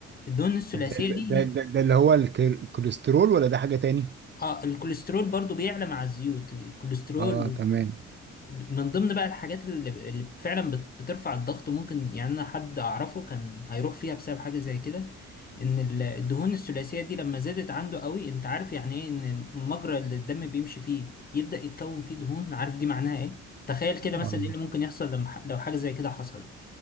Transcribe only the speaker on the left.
الدهون الثلاثية
دي
اه الكوليسترول برضو بيعلى مع الزيوت الكوليسترول
من ضمن بقى الحاجات اللي, اللي فعلا بت- بترفع الضغط ممكن يعني انا حد اعرفه كان هيروح فيها بسبب حاجة زي كده ان ال- الدهون الثلاثية دي لما زادت عنده قوي انت عارف يعني ايه ان مجرى اللي الدم بيمشي فيه يبدأ يتكون فيه دهون عارف دي معناها ايه تخيل كده مثلا
ايه اللي ممكن يحصل لما ح- لو حاجة زي كده حصلت